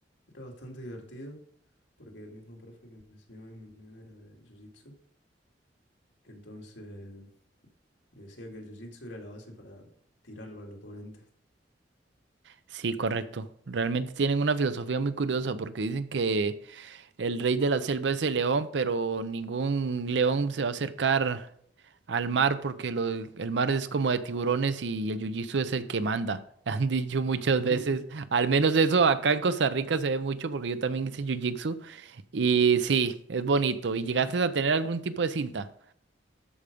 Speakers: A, on the left; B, on the right.
A: era bastante divertido porque el mismo profe que me enseñaba MMA era de Jiu-Jitsu, entonces me decía que el Jiu-Jitsu era la base para tirarlo al oponente.
B: Sí, correcto. Realmente tienen una filosofía muy curiosa porque dicen que El rey de la selva es el león, pero ningún león se va a acercar al mar porque lo- el mar es como de tiburones y el jiu-jitsu es el que manda. <laughs> Han dicho muchas
A: <laughs>
B: veces, al menos eso acá en Costa Rica se ve mucho porque yo también hice jiu-jitsu y sí, es bonito. ¿Y llegaste a tener algún tipo de cinta?